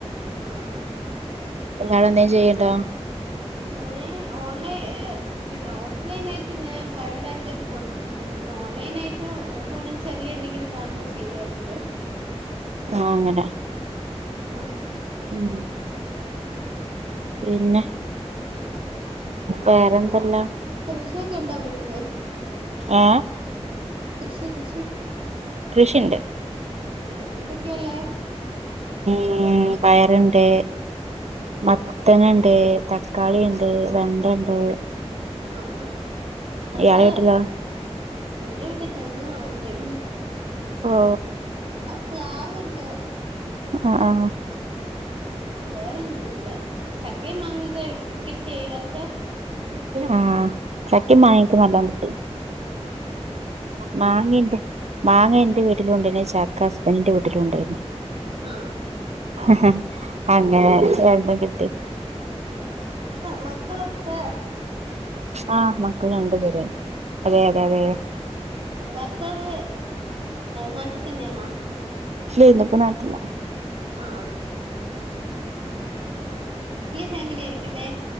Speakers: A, on the right; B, on the right.
A: ആഹ
B: ഇങ്ങള് എന്തേം ചെയ്യണ്ടൊ
A: ഞാൻ ഓൺലൈൻ ഏ പിന്നെ ഓഫ്ലൈന ആയിട്ട് ഞാൻ ബയോഡാ റ്റൊക്കെ കൊടുത്തിട്ടുണ്ട് പിന്നെ ഓൺലൈൻ ആയിട്ട് ഫോണിൽ ചെറിയ എന്തെങ്കിലും കാണുമ്പോൾ ചെയ്യാറുണ്ട്
B: ആഹ അങ്ങനെ
A: ആഹ
B: ഉം പിന്നെ വേറെന്തെല്ലാം
A: അ കൃഷിയൊക്കെ ഇണ്ടോ വീട്ടിലേ
B: ഏഹ്
A: കൃഷി കൃഷി
B: കൃഷിണ്ട്
A: ആ എന്തൊക്കെയള്ളേ
B: ഉം പയറുണ്ട് മത്തനണ്ട് തക്കാളിണ്ട് വെണ്ടണ്ട്
A: ആ ആ അപ്പൊ
B: ഇയാളെ വീട്ടിലോ
A: എന്റെ വീട്ടിൽ തെങ് മാത്രേള്ള
B: ഓ
A: പ്ലാവുണ്ട്
B: ആ ആ
A: വേറൊന്നും ഇല്ല ചക്ക മാങ്ങിക്കെ കിട്ടിയ ഈ വർഷ
B: ആ ചക്ക മാങ്ങൊക്കെ നല്ല കിട്ടി മാങ്ങ ൻ്റെ മാങ്ങ ൻ്റെ വീട്ടിലുണ്ട്ന്നെ ചാക്ക ഹസ്ബൻറിന്റെ വീട്ടിലുണ്ടായിന്നെ
A: ആ
B: അഹ അങ്ങനെ രണ്ടും കിട്ടി
A: മക്കളക്ക
B: ആഹ് മക്കൾ രണ്ടുപേരാണ് അതെ അതെ അതെ
A: ആ ഭർത്താവ് നാട്ടിൽ തന്നെയാണാ
B: ഇന്ത പൊ നാട്ടിലാ
A: ആ ഫാമിലി ആയിരിക്കുംല്ലേ